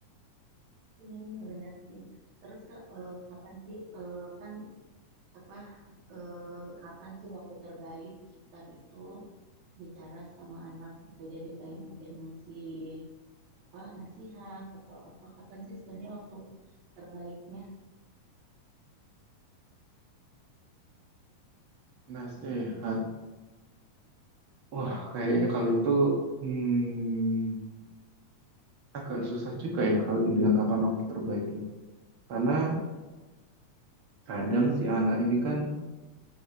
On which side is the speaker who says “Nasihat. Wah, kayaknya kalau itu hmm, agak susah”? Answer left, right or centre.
Right